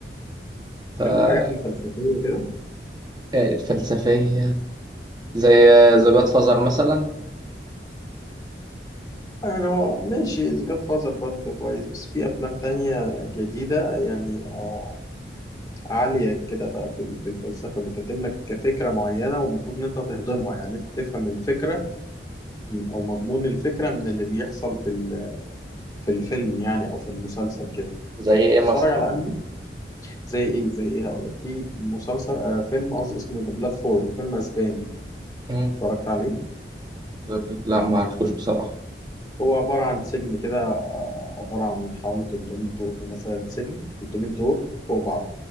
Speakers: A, on the right; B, on the left.
A: ف-
B: تحب الحاجات الفلسفية كده
A: الفلسفية زي ذا جاد فازر مثلا
B: يعني هو ماشي جاد فازر برضه كويس بس في أفلام تانية جديدة يعني آه، عالية كده بقى في ال- في الفلسفة بتقدم لك كفكرة معينة والمفروض إن أنت تهضمها يعني أنت تفهم الفكرة م- أو مضمون الفكرة من اللي بيحصل في ال- في الفيلم يعني أو في المسلسل كده
A: زي ايه
B: بتتفرج
A: مثلا
B: على أنمي زي إيه زي إيه هقول لك في مسلسل آه فيلم قصدي اسمه ذا بلاتفورم فيلم أسباني
A: مم.
B: اتفرجت عليه
A: The- لا ما اعرفوش بصراحة
B: هو عبارة عن سجن كده آه، عبارة عن حوالي 300 دور مثلا سجن 300 دور فوق بعض